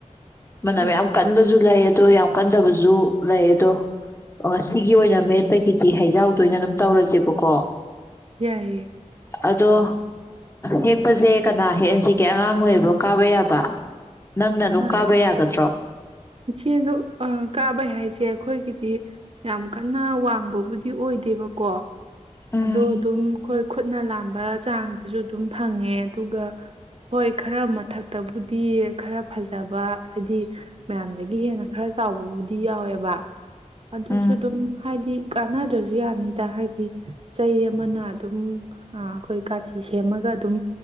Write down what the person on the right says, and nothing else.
ꯍꯣꯏ
ꯌꯥꯏ ꯌꯩ
ꯑꯥ
ꯏꯆꯦꯗꯣ ꯀꯥꯕ ꯍꯥꯏꯁꯦ ꯑꯩꯈꯣꯏꯒꯤꯗꯤ ꯌꯥꯝ ꯀꯟꯅ ꯋꯥꯡꯕꯕꯨꯗꯤ ꯑꯣꯏꯗꯦꯕꯀꯣ
ꯑꯗꯣ ꯑꯗꯨꯝ ꯑꯩꯈꯣꯏ ꯈꯨꯠꯅ ꯂꯥꯝꯕ ꯆꯥꯡꯗꯁꯨ ꯑꯗꯨꯝ ꯐꯪꯉꯦ ꯑꯗꯨꯒ ꯍꯣꯏ ꯈꯔ ꯃꯊꯛꯇꯕꯨꯗꯤ ꯈꯔ ꯐꯖꯕ ꯍꯥꯏꯗꯤ ꯃꯌꯥꯝꯗꯒꯤ ꯍꯦꯟꯅ ꯈꯔ ꯆꯥꯎꯕꯕꯨꯗꯤ ꯌꯥꯎꯋꯦꯕ ꯑꯗꯨꯁꯨ
ꯑꯗꯨꯝ ꯍꯥꯏꯗꯤ ꯀꯥꯟꯅꯗ꯭ꯔꯁꯨ ꯌꯥꯅꯤꯗ ꯍꯥꯏꯗꯤ ꯆꯩ ꯑꯃꯅ ꯑꯗꯨꯝ ꯑꯩꯈꯣꯏ ꯀꯥꯇꯤ ꯁꯦꯝꯃꯒ ꯑꯗꯨꯝ